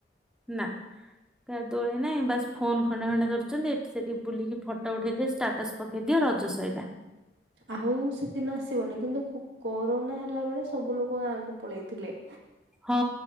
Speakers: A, in the centre; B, on the right (about 85°).
A: ନା କାଦୋଳି ନାଇଁ ବାସ୍ ଫୋନ ଖଣ୍ଡେ ଖଣ୍ଡେ ଧରିଚନ୍ତି ଏଠି ସେଠି ବୁଲିକି ଫଟୋ ଉଠେଇଦିଅ ଷ୍ଟାଟସ୍ ପକେଇଦିଅ ରଜ ସଇଲା। <inaudible>
B: ଆଉ ସେଦିନ ଆସିବନି କିନ୍ତୁ କ କୋରୋନା ହେଲା ବେଳେ ସବୁ ଲୋକ ଗାଁକୁ ପଳେଇଥିଲେ।
A: ହଁ